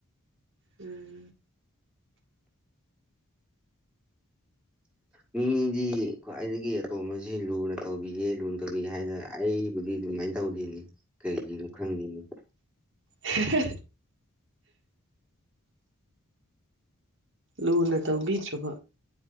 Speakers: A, on the right; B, in the centre.
A: ꯎꯝ
B: ꯎꯝ ꯃꯤꯗꯤ ꯈ꯭ꯋꯥꯏꯗꯒꯤ ꯑꯇꯣꯝꯕꯁꯤ ꯂꯨꯅ ꯇꯧꯕꯤꯌꯦ ꯂꯨꯅ ꯇꯧꯕꯤꯦ ꯍꯥꯏꯗꯅ ꯑꯩꯕꯨꯗꯤ ꯑꯗꯨꯃꯥꯏꯅ ꯇꯧꯔꯤꯅꯤ ꯀꯩꯒꯤꯅꯣ ꯈꯪꯉꯅꯤ
A: ꯍ ꯂꯨꯅ ꯇꯧꯕꯤꯗ꯭ꯔꯕ